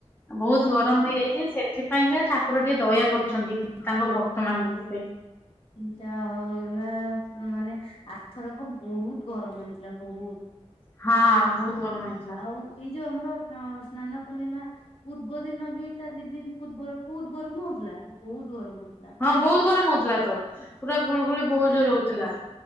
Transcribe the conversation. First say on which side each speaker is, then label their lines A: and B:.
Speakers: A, on the left; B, on the left.
A: ବହୁତ
B: ହୁଁ
A: ଗରମ ହେଇଯାଇଛି ସେଥିପାଇଁକା ଠାକୁର ଟିକେ ଦୟା କରୁଛନ୍ତି। ତାଙ୍କ ଭକ୍ତ ମାନଙ୍କ ପାଇଁ।
B: ଯା ହଉ <unintelligible> ମାନେ ଆର ଥରକ ବହୁତ ଗରମ ହେଇଥିଲା ବହୁତ।
A: ହଁ ବହୁତ ଗରମ ହେଇଥିଲା।
B: ଆଉ ଏଇ ଯୋଉ ଆମର ଅ ସ୍ନାନ ପୂର୍ଣ୍ଣିମା ପୂର୍ବ ଦିନ ବି ତା ଦି ଦିନ ପୂର୍ବ ବହୁତ ଗରମ ହଉଥିଲା ବହୁତ ଗରମ ହଉଥିଲା
A: ହଁ ବହୁତ ଗରମ ହଉଥିଲା ତ ପୁରା ଗୁଳୁଗୁଳି ବହୁତ ଜୋର ହଉଥିଲା।